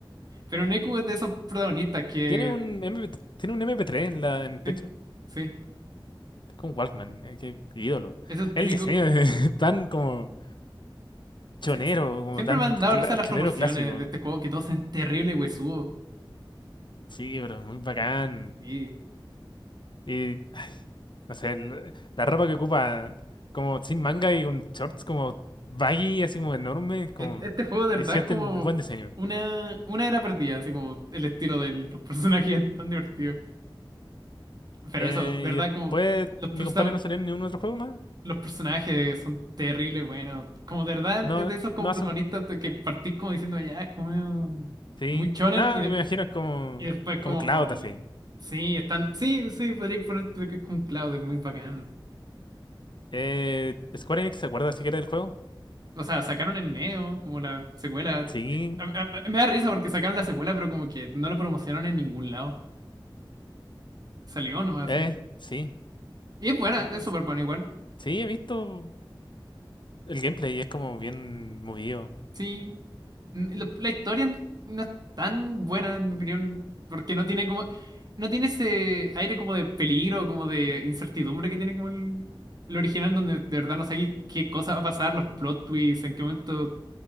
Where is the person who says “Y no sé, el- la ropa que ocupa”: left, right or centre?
Left